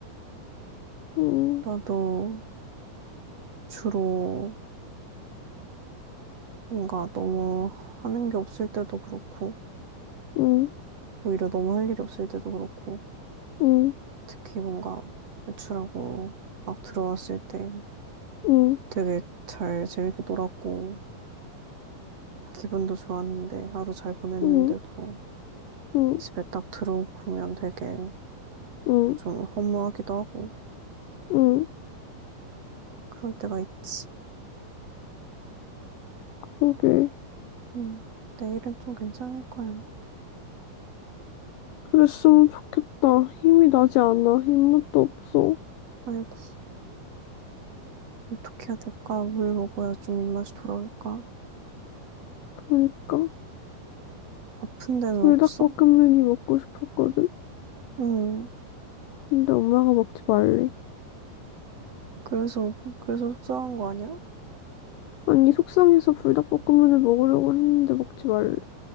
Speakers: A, on the left; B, on the right.
A: 음,
B: 나도 주로 뭔가 너무 하는 게 없을 때도 그렇고
A: 음,
B: 오히려 너무 할 일이 없을 때도 그렇고
A: 음,
B: 특히 뭔가 외출하고 막 들어왔을 때
A: 음,
B: 되게 잘 재밌게 놀았고 기분도 좋았는데 하루 잘 보냈는데도
A: 음. 음.
B: 집에 딱 들어오면 되게
A: 응,
B: 좀 허무하기도 하고
A: 응,
B: 그럴 때가 있지.
A: 오케이
B: 음, 내일은 좀 괜찮을 거야.
A: 그랬으면 좋겠다. 힘이 나지 않아. 힘맛도 없어.
B: 아이고, 어떻게 해야 될까? 물 먹어야 좀 입맛이 돌아올까?
A: 그러니까.
B: 아픈 데는
A: 불닭볶음면이
B: 없어?
A: 먹고 싶었거든?
B: 음,
A: 근데 엄마가 먹지 말래.
B: 그래서, 그래서 속상한 거 아니야?
A: 아니, 속상해서 불닭볶음면을 먹으려고 했는데 먹지 말래.